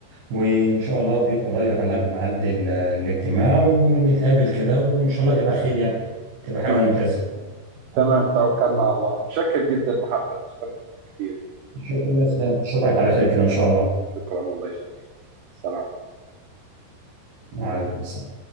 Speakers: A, on the right; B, on the right.
A: وإن شاء الله قريب قريب أبلغ ميعاد ال- الاجتماع ونتقابل كده وإن شاء الله تبقى خير يعني تبقى
B: تمام
A: حاجة ممتازة
B: تمام توكلنا على الله متشكر جدا محمد استمتعت كثير
A: شكرا لله يا اسلام أشوفك على خير كده إن شاء الله
B: شكرا والله يخليك سلام
A: وعليكم السلام